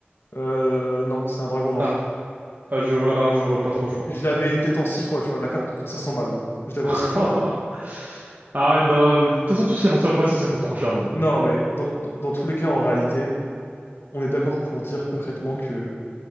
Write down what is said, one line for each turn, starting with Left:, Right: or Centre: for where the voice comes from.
Left: Euh, non, c'est un dragon noir.
Right: Ah, ah je vois, alors je vois pas trop je crois.
Left: Je l'avais peut-être en 6 fois, tu vois. La carte coûte cinq cents balles. là. Je l'avais
Right: <laughs>
Left: en 6 fois.
Right: Arrête, non, de toute façon, tout ce qui appartient au passé, ça coûte trop cher maintenant.
Left: Non, mais dans, dans, dans tous les cas, en réalité, on est d'accord pour dire concrètement que